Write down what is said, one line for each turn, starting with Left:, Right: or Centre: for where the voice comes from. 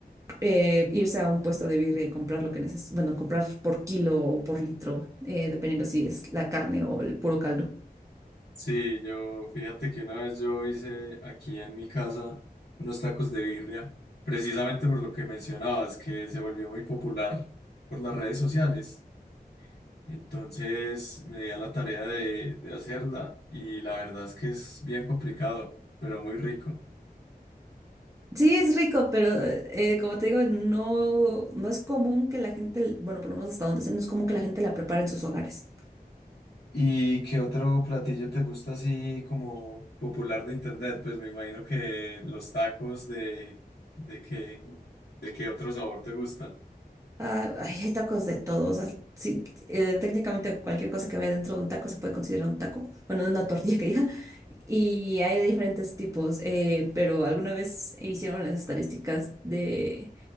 Right: eh, irse a un puesto de birria y comprar lo que necesita, bueno, comprar por kilo o por litro, eh, dependiendo si es la carne o el puro caldo.
Left: Sí, yo, fíjate que una vez yo hice aquí en mi casa unos tacos de birria, precisamente por lo que mencionabas, que se volvió muy popular por las redes sociales. Entonces me di a la tarea de, de hacerla y la verdad es que es bien complicado, pero muy rico.
Right: Sí, es rico, pero eh, como te digo, no, no es común que la gente, bueno, por lo menos hasta donde sé, no es común que la gente la prepare en sus hogares.
Left: ¿Y qué otro platillo te gusta así como popular de internet? Pues me imagino que los tacos de, de qué, de qué otro sabor te gustan.
Right: Ah, ay, hay tacos de todo. O sea, sí, eh, técnicamente cualquier cosa que vaya dentro de un taco se puede considerar un taco. Bueno, una tortilla que diga. Y hay de diferentes tipos. eh, pero alguna vez hicieron las estadísticas de,